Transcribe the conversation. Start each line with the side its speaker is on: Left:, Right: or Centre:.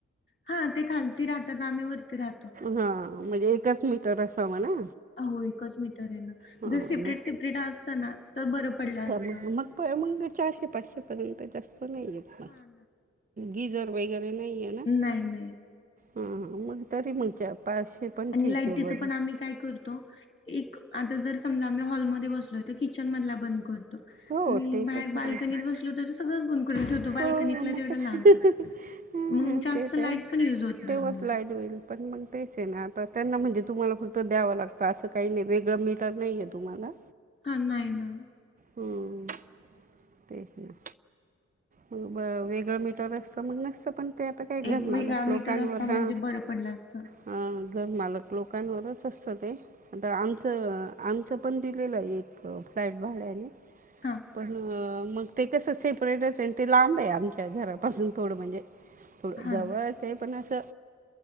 Left: हा ते खालती राहतात आम्ही वरती राह
Right: हा म्हणजे एकच मीटर असावं ना?
Left: हो एकच मीटर ए ना
Right: हां
Left: जर सेपरेट
Right: मग
Left: सेपरेट असतं ना तर बरं पडलं
Right: त्यामुळे
Left: असत.
Right: मग मग प मग चारशे पाचशे पर्यंत जास्त नाय येत
Left: हा
Right: गिजर वगैरे नाहीये.
Left: नाय नाय.
Right: हा हा मग तरी मग पाचशे पण
Left: आणि
Right: ठीक
Left: लाईटीचं
Right: आहे बघ.
Left: पण आम्ही काय करतो एक आता जर समजा आम्ही हॉलमध्ये बसलोय तर किचन मधला बंद करतो.
Right: हो
Left: आणि
Right: ते
Left: बाहेर
Right: तर करायचं
Left: बाल्कनीत बसलो सगळच बंद करून ठेवतो बालकणीतला
Right: हो मग
Left: तेवढा
Right: काय
Left: लाऊन ठेवतो
Right: हा
Left: मग जास्त
Right: ते
Left: लाईट
Right: तर
Left: पण युज होत नाय
Right: तेव्हाच
Left: आम्हाला.
Right: लाईट होईल पण मग तेच ए ना आता त्यांना म्हणजे तुम्हाला फक्त द्यावं लागतं असं काय नाय वेगळं मीटर नाहीये तुम्हाला?
Left: हा नाय ना.
Right: हम्म. तेच ना. ब वेगळं मीटर असतं मग नसतं पण ते आता काय घरमालक
Left: एक वेगळा मीटर
Right: लोकांवर
Left: असता म्हणजे
Right: हा.
Left: बरं पडलं असतं.
Right: हा घर मालक लोकांवरच असतं ते. आता आमचं आमचं पण दिलेलं आय एक फ्लॅट भाड्याने.
Left: हा
Right: पण मग ते कस सेपरेट ए. ते लांब आहे आमच्या घरापासून थोडं म्हणजे थोडं
Left: हा
Right: जवळ
Left: ना.
Right: ते पण असं